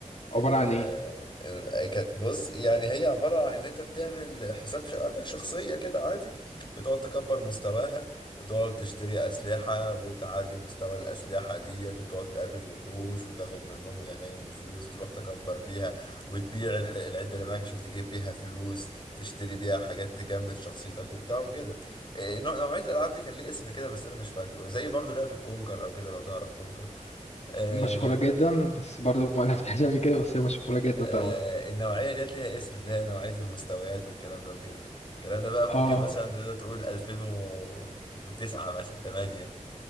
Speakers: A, on the left (about 60°); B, on the left (about 35°).
A: عباره
B: ال-
A: عن ايه
B: كانت بص يعني هي عبارة عن إن أنت بتعمل حساب ش- عندك شخصية كده عادي بتقعد تكبر مستواها وتقعد تشتري أسلحة وتعلي مستوى الأسلحة ديت وتقعد تقابل وحوش وتاخد منهم غنايم وفلوس تروح تكبر بيها وتبيع الح- العدة اللي معاك عشان تجيب بيها فلوس تشتري بيها حاجات تجمد شخصيتك وبتاع وكده إيه، نوع- نوعية الألعاب دي كان ليه اسم كده بس أنا مش فاكره زي برضو لعبة كونكر أو كده لو تعرف كونكر آه،
A: مشهورة جدا بس برضه ما لعبتهاش قبل كده بس هي مشهورة جدا
B: آه،
A: طبعا
B: النوعية ديت ليها اسم اللي هي نوعية المستويات والكلام ده وكده الكلام ده بقى ممكن
A: اه
B: مثلا تقدر تقول 2009 مثلا 8